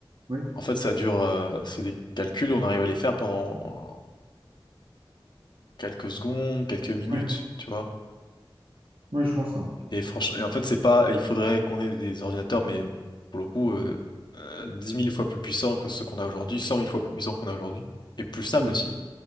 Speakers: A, on the right (about 80°); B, on the left (about 55°).
A: Oui,
B: en fait ça dure euh, c'est des calculs on arrive à les faire pendant quelques secondes, quelques minutes,
A: oui,
B: tu vois.
A: oui, je vois ça.
B: Et franchement, en fait, c'est pas, il faudrait qu'on ait des ordinateurs, mais pour le coup, euh, euh, 10 000 fois plus puissants que ceux qu'on a aujourd'hui, cent mille fois plus puissants qu'on a aujourd'hui, et plus stables
A: Oui,
B: aussi.